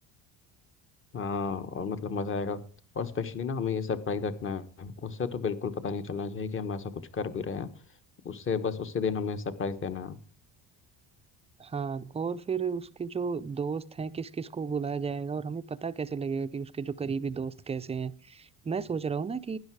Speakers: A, on the left; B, on the right.
A: हाँ और मतलब मज़ा आएगा और स्पेशली ना हमें ये सरप्राइज रखना है उससे तो बिल्कुल पता नहीं चलना चाहिए कि हम ऐसा कुछ कर भी रहे हैं उससे बस उसी दिन हमें सरप्राइज देना है
B: हाँ और फिर उसके जो दोस्त हैं किस किस को बुलाया जाएगा और हमें पता कैसे लगेगा कि उसके जो करीबी दोस्त कैसे हैं मैं सोच रहा हूँ ना कि